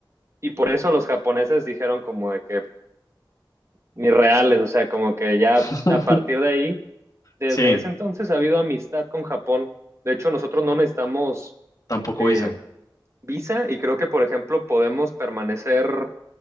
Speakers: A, on the right; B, on the left.
A: Y por eso los japoneses dijeron como de que ni reales, o sea, como que ya
B: <laughs>
A: a partir de ahí, desde
B: sí,
A: ese entonces ha habido amistad con Japón. De hecho, nosotros no necesitamos
B: tampoco
A: eh,
B: visa.
A: visa y creo que, por ejemplo, podemos permanecer